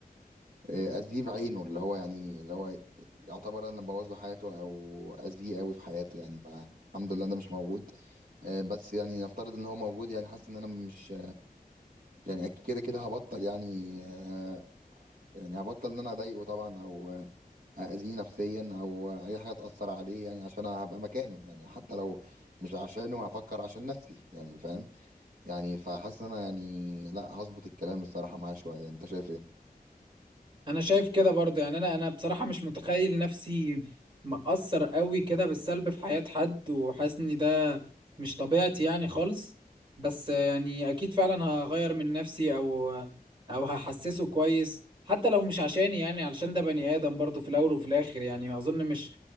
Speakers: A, on the right (about 65°); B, on the right (about 30°).
A: آه، اذيه بعينه اللي هو يعني اللي هو يعتبر انا اللي مبوظ له حياته او اذيه قوي في حياته يعني ما يعني الحمد لله انا مش موجود آه، بس يعني نفترض ان هو موجود يعني حاسس ان انا مش يعني أكيد كده كده هبطل يعني آه، يعني هبطل ان انا اضايقه طبعا او آه، اذيه نفسيا او اي حاجه تاثر عليه يعني عشان أنا هبقى مكانه يعني حتى لو مش عشانه هفكر عشان نفسي يعني فاهم يعني فحاسس ان انا يعني لا هظبط الكلام الصراحه معاه شويه انت شايف ايه
B: انا شايف كده برضه يعني انا انا بصراحه مش متخيل نفسي مأثر قوي كده بالسلب في حياه حد وحاسس ان ده مش طبيعتي يعني خالص بس يعني اكيد فعلا هغير من نفسي او او هحسسه كويس حتى لو مش عشاني يعني علشان ده بني ادم برضه في الاول وفي الاخر يعني اظن مش